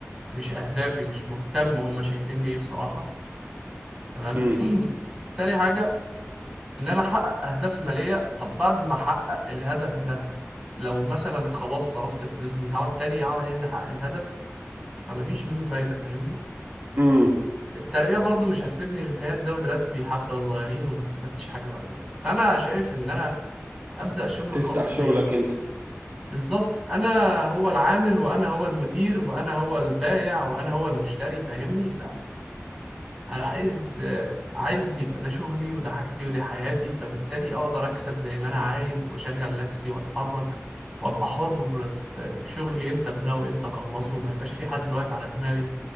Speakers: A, in the centre; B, on the right.
A: مش اهدافي مش مهتم هم شايفيني ايه بصراحة تمام
B: امم
A: <clears throat> تاني حاجة ان انا احقق اهداف مالية طب بعد ما احقق الهدف ده لو مثلا خلاص صرفت الفلوس دي هقعد تاني عايز احقق الهدف فمفيش منه فايدة فاهمني
B: امم
A: الترقية برضو مش هتفيدني غير إن هي تزود راتبي حبة صغيرين وما استفدتش حاجة بعد كده فأنا شايف إن أنا أبدأ شغل
B: تفتح
A: خاص
B: شغلك
A: بيا
B: انت
A: بالظبط أنا هو العامل وأنا هو المدير وأنا هو البائع وأنا هو المشتري فاهمني فأنا عايز آه، عايز يبقى ده شغلي وده حاجتي ودي حياتي فبالتالي أقدر أكسب زي ما أنا عايز وأشغل نفسي وأتحرك وأبقى حر في في شغلي إمتى أبدأ وإمتى أخلصه وما يبقاش في حد واقف على دماغي